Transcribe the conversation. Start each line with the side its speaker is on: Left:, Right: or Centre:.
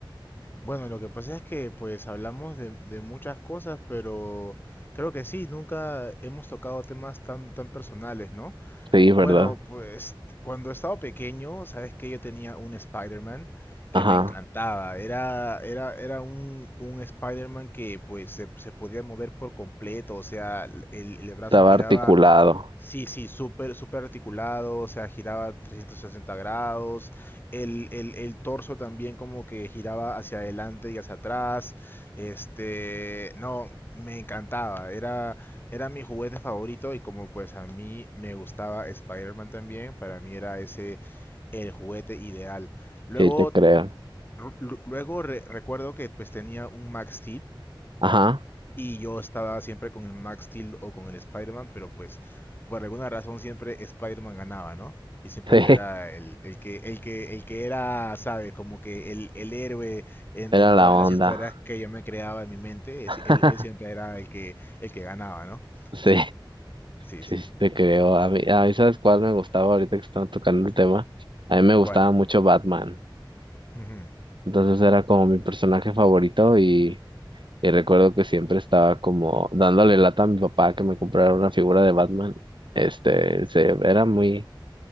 Left: Bueno, lo que pasa es que pues hablamos de, de muchas cosas, pero creo que sí, nunca hemos tocado temas tan, tan personales, ¿no?
Right: Sí, ¿verdad?
Left: Bueno, pues cuando estaba pequeño, sabes que yo tenía un Spider-Man que
Right: Ajá,
Left: me encantaba. Era, era, era un, un Spider-Man que pues se, se podía mover por completo, o sea, el, el brazo
Right: estaba
Left: giraba
Right: articulado,
Left: Sí, sí, súper, súper articulado, o sea, giraba 360 grados, el, el, el torso también como que giraba hacia adelante y hacia atrás, este, no, me encantaba, era, era mi juguete favorito y como pues a mí me gustaba Spider-Man también, para mí era ese el juguete ideal. Luego,
Right: sí te creo.
Left: ru- lu- luego re- recuerdo que pues tenía un Max
Right: Ajá,
Left: y yo estaba siempre con el Max Steel o con el Spider-Man, pero pues por alguna razón siempre Spider-Man ganaba, ¿no? Y siempre
Right: sí, <laughs>
Left: era el, el que, el que, el que era, ¿sabes? Como que el, el héroe en,
Right: era
Left: en
Right: la
Left: todas
Right: onda.
Left: las historias que yo me creaba en mi mente, es-
Right: <laughs>
Left: él, él siempre era el que, el que ganaba, ¿no?
Right: Sí,
Left: Sí, sí,
Right: sí,
Left: sí.
Right: sí te creo. A mí, a mí, ¿sabes cuál me gustaba ahorita que estaba tocando el tema? A mí me gustaba
Left: ¿Cuál?
Right: mucho Batman.
Left: Ujú.
Right: Entonces era como mi personaje favorito y, y recuerdo que siempre estaba como dándole lata a mi papá que me comprara una figura de Batman. Este, se, era muy...